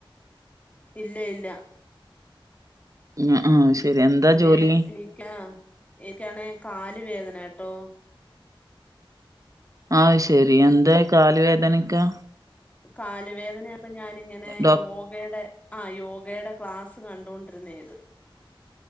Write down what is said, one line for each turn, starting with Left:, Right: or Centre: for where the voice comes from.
Left: ഇല്ല ഇല്ല
Right: ആ ആഹ് ശരി എന്താ
Left: പിന്നെ
Right: ജോലി
Left: <unintelligible> എനിക്കാണെ കാല് വേദന കേട്ടോ
Right: ആഹ് ശരി എന്തോ കാല് വേദനക്കെ
Left: കാൽ വേദന ആയപ്പോൾ ഞാൻ ഇങ്ങനെ
Right: ഡോ
Left: യോഗ ഗേടെ ആ യോഗേടെ ക്ലാസ്സ് കണ്ടോണ്ടിരുന്നായിരുന്നു